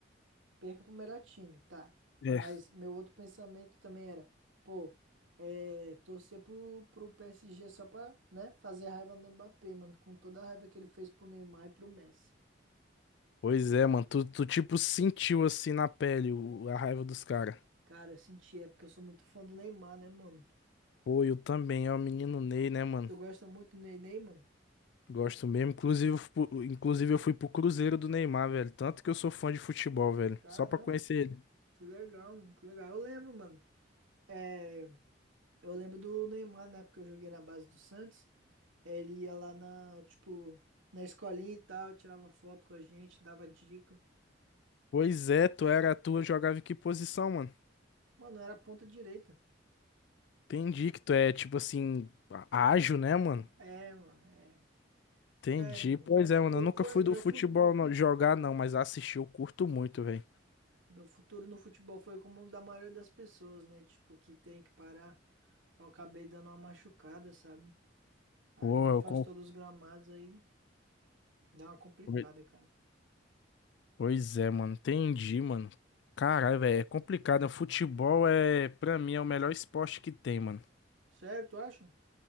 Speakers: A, on the right (about 85°); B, on the left (about 65°).
A: perca pro melhor time, tá?
B: É.
A: Mas meu outro pensamento também era, pô, é, torcer pro, pro PSG só pra, né, fazer raiva no Mbappé, mano, com toda a raiva que ele fez pro Neymar e pro Messi.
B: Pois é, mano. Tu, tu tipo, sentiu assim na pele o- a raiva dos caras.
A: Cara, eu senti, é porque eu sou muito fã do Neymar, né, mano?
B: Pô, eu também, é o menino Ney, né, mano?
A: Tu gosta muito do Ney, Ney, mano?
B: Gosto mesmo. Inclusive, fu- inclusive, eu fui pro Cruzeiro do Neymar, velho. Tanto que eu sou fã de futebol, velho.
A: Caramba,
B: Só pra conhecer
A: que,
B: ele.
A: que legal, mano, que legal. Eu lembro, mano. É, eu lembro do Neymar, né, porque eu joguei na base do Santos. É, Ele ia lá na, tipo, na escolinha e tal, tirava foto com a gente, dava dica.
B: Pois é, tu era tu jogava em que posição, mano?
A: Mano, eu era ponta direita.
B: Entendi que tu é, tipo assim, á- ágil, né, mano?
A: É, mano, é.
B: Entendi.
A: É, mano.
B: Pois
A: Tipo,
B: é, mano. Eu nunca
A: foi
B: fui
A: meu,
B: do futebol
A: fu
B: não- jogar, não, mas assistir eu curto muito, velho.
A: meu futuro no futebol foi como o da maioria das pessoas, né? Tipo, que tem que parar. Eu acabei dando uma machucada, sabe? Aí
B: Pô,
A: me afastou
B: eu com...
A: dos gramados, aí dá uma complicada,
B: Poi-
A: cara.
B: Pois é, mano. Entendi, mano. Caralho, velho. É complicado. né? Futebol é, pra mim, é o melhor esporte que tem, mano.
A: Certo, acho?